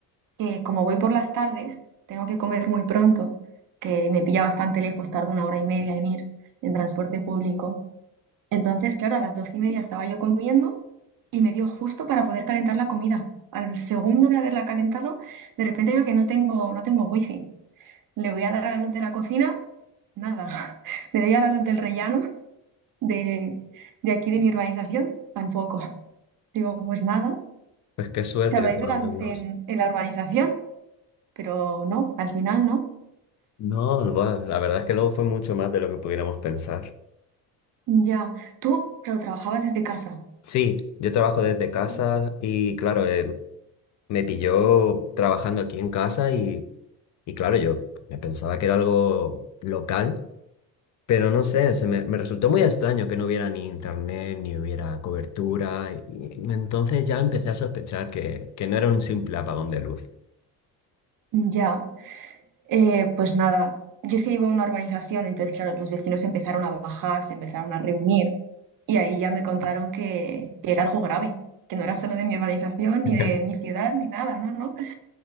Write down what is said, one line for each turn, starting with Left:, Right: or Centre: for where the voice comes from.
Right: que como voy por las tardes, tengo que comer muy pronto, que me pilla bastante lejos, tardo una hora y media en ir en transporte público. Entonces, claro, a las doce y media estaba yo comiendo y me dio justo para poder calentar la comida. Al segundo de haberla calentado, de repente veo que no tengo, no tengo wifi. le voy a dar a la luz de la cocina, nada. <laughs> Le doy a la luz del rellano de, de aquí de mi urbanización, tampoco. <laughs> Digo, pues nada,
Left: Pues qué suerte
Right: se habrá
Left: que por
Right: ido la
Left: lo menos.
Right: luz en, en la urbanización, pero no, al final no.
Left: No, bueno, la verdad es que luego fue mucho más de lo que pudiéramos pensar.
Right: Ya, tú, claro, trabajabas desde casa.
Left: Sí, yo trabajo desde casa y claro, eh, me pilló trabajando aquí en casa y, y claro, yo me pensaba que era algo local, pero no sé, se me, me resultó muy extraño que no hubiera ni internet, ni hubiera cobertura. Y, y entonces ya empecé a sospechar que, que no era un simple apagón de luz.
Right: Ya, Eh, pues nada. Yo es que vivo en una urbanización, entonces, claro, los vecinos empezaron a bajar, se empezaron a reunir y ahí ya me contaron que que era algo grave, que no era solo de mi urbanización,
Left: <laughs>
Right: ni de mi ciudad, ni nada, no, no.